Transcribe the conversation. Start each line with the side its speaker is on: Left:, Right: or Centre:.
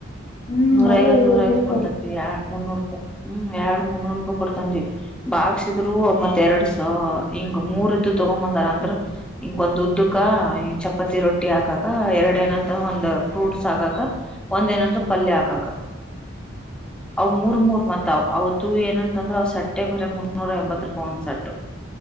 Left: ಹ್ಮ್
Centre: ನೂರ
Left: ಅದ
Centre: ಐವತ್
Left: ಇವ
Centre: ನೂರ ಐವತ್ತು
Left: ರೇಟು
Centre: ಕೊಡ್ತನ್ಿ ಎ ಮುನ್ನೂರುೂಪಾಯಿ ಹ್ಮ್ ಎರಡು ಮುನ್ನೂರು ರೂಪಾಯಿ ಕೊಡ್ತನ. ಬಾಗಸಿದ್ರು ಮತ್ ಎರಡ್ಸ ಹಿಂಗ ಮೂರ್. ಉದ ತಗೊ್ ಬಂದಾರ ಅಂದ್ರ ಹಿಂಗ ಒಂದ ಉದ್ದಕ್ಕ ಚಪಾತಿ ರೊಟ್ಟಿ ಹಾಕಕ ಎರಡ ಏನಂತ ಒಂದ ಫ್ರೂಟ್ಸ್ ಹಾಕಕ ಒಂದ ಏನಂದ್ರೆ ಪಲ್ಯ ಹಾಕಕ. ಅ್ ಮೂರ್ ಮೂರ್ ಮತ್ ಅವ ಅವತ್ತು ಏನಂತಂದ್ರ ಅವ್ ತ ಟ್ಟೆ ಬರೀ ಮುನ್ನೂರ ಎಂಬತ್ತು ರೂಪಾಯಿ ಒಂದ್ ಸಟ್ಟು.